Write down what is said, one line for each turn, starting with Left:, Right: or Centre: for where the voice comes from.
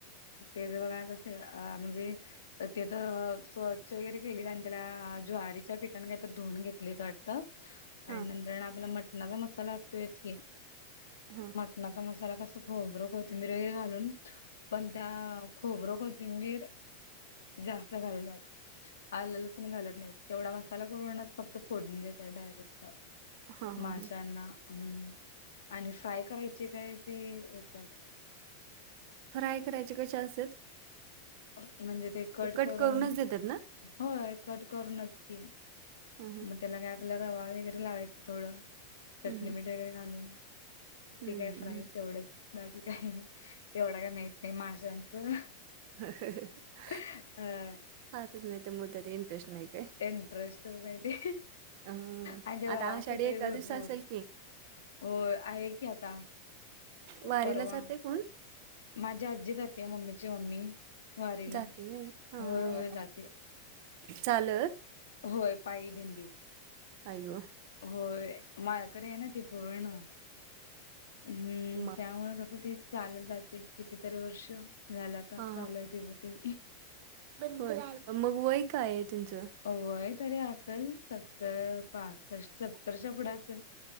Left: ते ज बघा असे अ म्हणजे तर ते तर स्वच्छ वगैरे केले आणि त्याला ज्वारीच्या पीठानं काही तर धुवून घेतली तर. आणि
Right: हां
Left: नंतर आपला मटणाचा मसाला असतोच की.
Right: हां
Left: ता मसाला कस खबकत मिीर वगैरे घालून. पण त्या खोबरं कोथिंबीर जास्त घालतात. आलं लसूण घालत नाही तेवढा मसाला करूनच फक्त फोडून देतात डायरेक्ट.
Right: हां हां
Left: माशांना
Right: हां
Left: हम्म आणि फ्राय करायच. जे काय ते येतात.
Right: फ्राय करायचे कशा असतात
Left: अं, म्हणजे
Right: ते कट
Left: करून
Right: करूनच देतात ना.
Left: होय कट करूनच क.
Right: हां हां.
Left: त्याला काय आपला रवा वगरे लावायचं थोडं चटणी
Right: हं
Left: मीठ वगैरे घालून.
Right: हं
Left: ते काय फ्राय तेवढंच बाकी काही तेवढं काय माहत नाही माशांचं.
Right: ह <unintelligible>
Left: हम <unintelligible>
Right: हच नाही ते मुद्या. नन टश्न नाही आहे का आहे.
Left: इंटरेस्ट माहिती.
Right: हं
Left: आणि त्याचा
Right: आता
Left: वास
Right: आषाढी
Left: येतोय
Right: एकादस
Left: भरपूर
Right: असेल की
Left: हो आहे की आता.
Right: वारीला
Left: बरोवा
Right: जाते कोण?
Left: माझी आजी जाते मम्मीची मम्मी. वारीला
Right: जाते व्हय हा हा
Left: होय होय जाते.
Right: चालत.
Left: होय पाळी दिंडी.
Right: अरे वा!
Left: होय माया्याकडे ये ना ती पूर्ण. हम्म
Right: मग
Left: त्यामुळे कसं ती चालत जाते कितीतरी वर्ष. झालं आता
Right: हा
Left: चालू आहे तिचं ते
Right: होय मग वय काय तुमचं?
Left: अवय तरी असेल सत्तर पासष्ट सत्तरच्या पुढे असेल.